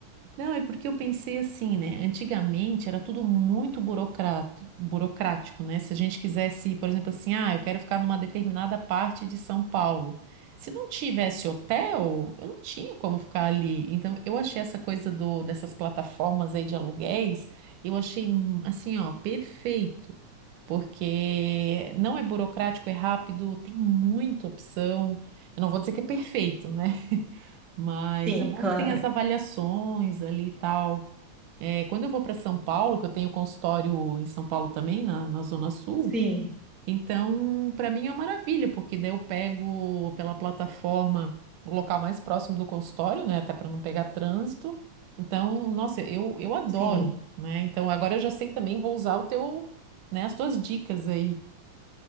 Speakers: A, on the right; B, in the centre.
A: Não, é porque eu pensei assim, né? Antigamente era tudo muito burocrato- burocrático, né? Se a gente quisesse, por exemplo, assim, ah, eu quero ficar numa determinada parte de São Paulo. Se não tivesse hotel, eu não tinha como ficar ali. Então, eu achei essa coisa do, dessas plataformas aí de aluguéis, eu achei hum, assim, ó, perfeito, porque não é burocrático, é rápido, tem muita opção. Eu não vou dizer que é perfeito, né? Mas
B: Sim,
A: é bom
B: claro.
A: que tem as avaliações ali e tal. É, quando eu vou para São Paulo, que eu tenho consultório em São Paulo também, na, na Zona Sul,
B: Sim,
A: então para mim é uma maravilha, porque daí eu pego pela plataforma o local mais próximo do consultório, né, até para não pegar trânsito. Então, nossa, eu, eu adoro,
B: sim.
A: né? Então agora eu já sei também, vou usar o teu, né, as tuas dicas aí.